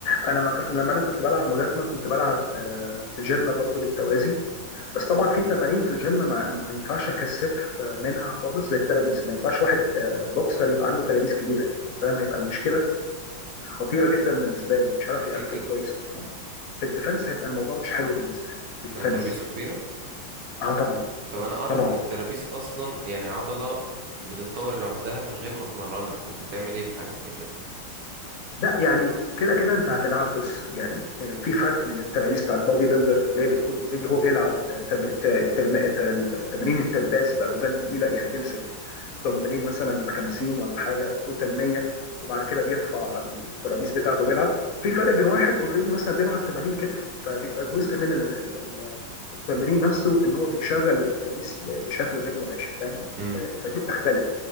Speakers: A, on the left (about 50°); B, on the right (about 80°).
A: انا ما كنت لما انا كنت بلعب ملاكمه كنت بلعب آه، في جيم برضو بالتوازي بس طبعا في تمارين في الجيم ما, ما ينفعش اكثف منها خالص زي الترابيس ما ينفعش واحد آه، بوكسر يبقى عنده ترابيس كبيره يعني فاهم هيبقى المشكله خطيره جدا بالنسبه له مش عارف
B: ليه
A: يقفل
B: كده
A: كويس اصلا في الديفنس هيبقى الموضوع مش حلو بالنسبه له في الديفنس
B: لو ترابيزه كبيرة
A: اه طبعا
B: طب أنا أعرف
A: طبعا
B: إن الترابيز أصلا يعني عضلة بتتطور لوحدها من غير ما تمرنها فأنت تعمل إيه في حاجة زي كده
A: لا يعني كده كده انت هتلعب بص يعني آه، في فرق من الترابيس بتاعت بادي بيلدر اللي هي بتكون اوريدي هو بيلعب آه، تمر- ت- ترم- ت- تمرين الترباس باوزان تقيله يعني بيمسك دمبلين مثلا 50 ولا حاجه توتال 100 وبعد كده بيرفع الترابيز بتاعته بيلعب في فرق
B: مم.
A: بين واحد اوريدي مثلا بيلعب تمارين كتف فبيبقى جزء من ال- ال- ال- التمرين نفسه ان هو بيشغل الترابيز ب- بشكل غير مباشر فاهم
B: امم
A: ف- فدي بتختلف